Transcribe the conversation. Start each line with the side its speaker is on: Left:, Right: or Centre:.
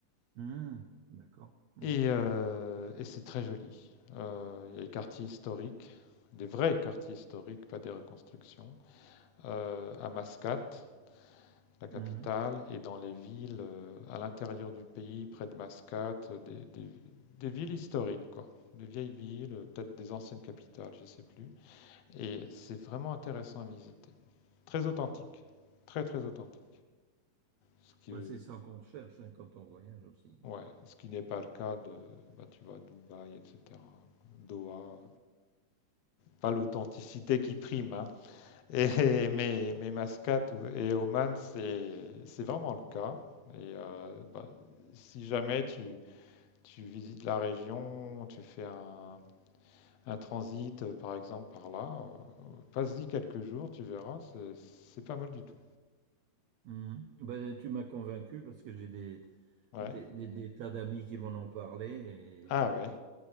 Right: Hmm, d'accord. Hmm,
Left: Et, euh, et c'est très joli. Euh, il y a des quartiers historiques, des vrais quartiers historiques, pas des reconstructions, euh, à Mascate, la capitale,
Right: hmm.
Left: et dans les villes euh, à l'intérieur du pays, près de Mascate, euh, des, des- des villes historiques, quoi. Des vieilles villes, euh, peut-être des anciennes capitales, je sais plus. Et c'est vraiment intéressant à visiter. Très authentique. Très, très authentique. Ce que
Right: Bah, c'est ça qu'on cherche hein, quand on voyage aussi.
Left: Ouais, ce qui n'est pas le cas de, bah, tu vois, Dubaï, etc. Doha, pas l'authenticité qui prime, hein. <laughs> Et, mais, mais Mascate ou- et Oman, c'est, c'est vraiment le cas. Et euh, bah, si jamais tu, tu visites la région, tu fais un, un transit, euh, par exemple, par là, euh, passe-y quelques jours, tu verras, c'est, c'est pas mal du tout.
Right: Hmm. Bah, tu m'as convaincu parce que j'ai des,
Left: Ouais.
Right: des, des- des tas d'amis qui m'en ont parlé et
Left: Ah ouais.